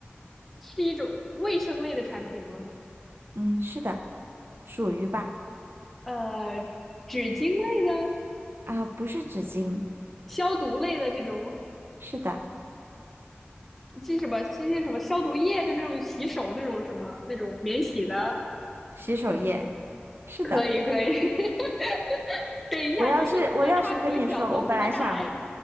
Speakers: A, in the centre; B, on the right.
A: 是一种卫生类的产品吗？
B: 嗯，是的，属于吧？
A: 呃，纸巾类的、
B: 啊，不是纸巾，
A: 消毒类的这种。
B: 是的，
A: 这什么这些什么消毒液，就那种洗手那种什么那种免洗的，
B: 洗手液，是的。
A: 可以可以 <laughs>。等一下，
B: 我要是我要是跟你说，
A: 你说可大可小，能多大
B: 我本来想，